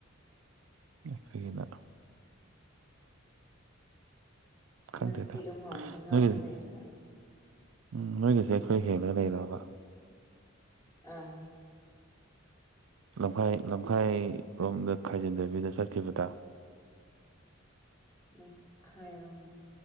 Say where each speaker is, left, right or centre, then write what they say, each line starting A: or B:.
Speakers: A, on the right (about 80°); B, on the left (about 15°).
A: ꯑꯩꯈꯣꯏꯅ ꯈꯪꯗꯦꯗ
B: ꯃꯇꯦꯛ ꯑꯃ ꯑꯣꯏꯔꯁꯨ ꯉꯥꯡꯕ
A: ꯅꯣꯏꯒꯤꯁꯦ
B: ꯌꯥꯢꯅ
A: ꯎꯝ ꯅꯣꯏꯒꯤꯁꯦ ꯑꯩꯈꯣꯏ ꯍꯦꯜꯂ ꯂꯩꯔꯕ
B: ꯑꯥ
A: ꯂꯝꯈꯥꯏ ꯂꯝꯈꯥꯏꯔꯣꯝꯗ ꯈꯥꯏꯖꯤꯟꯗꯕꯤꯗ ꯆꯠꯈꯤꯕꯗ
B: ꯂꯥꯝꯈꯥꯢꯔꯣꯝꯗ